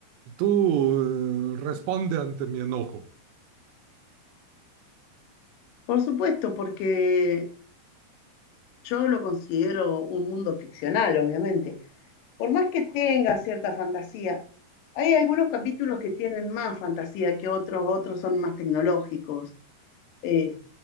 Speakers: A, on the right; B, on the left.
A: Tú, eh, responde ante mi enojo.
B: Por supuesto, porque yo lo considero un mundo ficcional, obviamente, por más que tenga cierta fantasía, hay algunos capítulos que tienen más fantasía que otros, otros son más tecnológicos. Eh,